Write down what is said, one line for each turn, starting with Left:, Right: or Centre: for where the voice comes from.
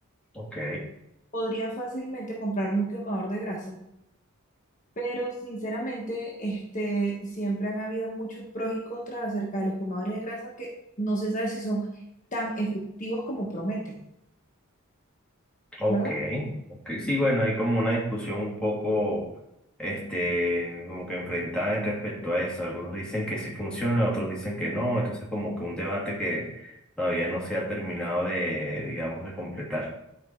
Centre: ok,
Left: Podría fácilmente comprarme un quemador de grasa, pero sinceramente, este, siempre han habido muchos pros y contras acerca de los quemadores de grasa que no se sabe si son tan efectivos como prometen,
Centre: ok,
Left: ¿verdad?
Centre: ok. Sí, bueno, hay como una discusión un poco, este, como que enfrentada respecto a eso. Algunos dicen que sí funciona, otros dicen que no. Entonces, como que un debate que todavía no se ha terminado de, digamos, de completar.